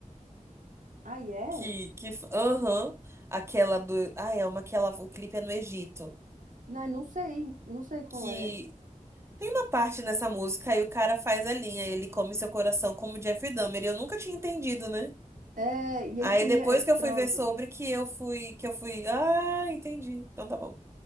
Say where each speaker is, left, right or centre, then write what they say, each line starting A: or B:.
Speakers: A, on the right; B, on the right.
A: Ah, é?
B: que, que, aham, aquela do, ah, é uma que ela, o clipe é no Egito
A: Não, não sei, não sei qual
B: que
A: é.
B: Tem uma parte nessa música aí o cara faz a linha, ele come seu coração como Jeff Dahmer, e eu nunca tinha entendido, né?
A: É, e
B: Aí
A: ele comia,
B: depois
A: é, pronto.
B: que eu fui ver sobre que eu fui, que eu fui, ah, entendi. Então tá bom.